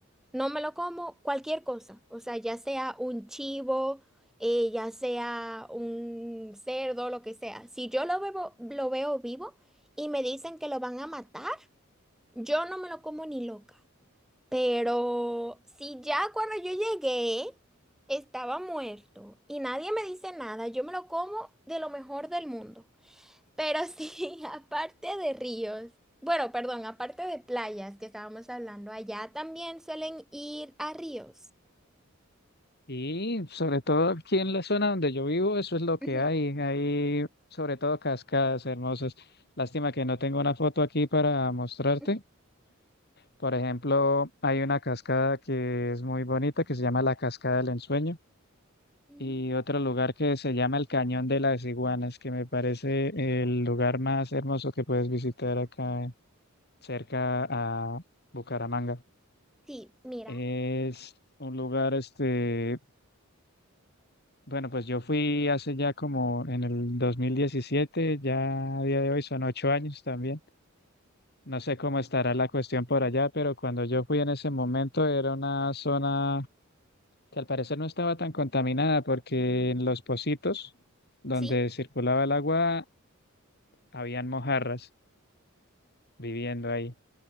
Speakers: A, in the centre; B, on the left.
A: No me lo como cualquier cosa. O sea, ya sea un chivo, eh, ya sea un cerdo, lo que sea. Si yo lo veo, lo veo vivo y me dicen que lo van a matar. Yo no me lo como ni loca, pero si ya cuando yo llegué estaba muerto y nadie me dice nada, yo me lo como de lo mejor del mundo. Pero sí, <laughs> aparte de ríos, bueno, perdón, aparte de playas que estábamos hablando, allá también suelen ir a ríos.
B: Y sobre todo aquí en la zona donde yo vivo, eso es lo que
A: Ujú,
B: hay. Hay sobre todo cascadas hermosas. Lástima que no tengo una foto aquí para mostrarte.
A: ujú.
B: Por ejemplo, hay una cascada que es muy bonita, que se llama la Cascada del Ensueño,
A: Mm,
B: y otro lugar que se llama el Cañón de las Iguanas, que me parece el lugar más hermoso que puedes visitar acá eh, cerca a Bucaramanga.
A: Sí, mira,
B: Es un lugar este Bueno, pues yo fui hace ya como en el 2017, ya a día de hoy son ocho años también. No sé cómo estará la cuestión por allá, pero cuando yo fui en ese momento era una zona que al parecer no estaba tan contaminada porque en los pocitos donde
A: sí,
B: circulaba el agua habían mojarras viviendo ahí.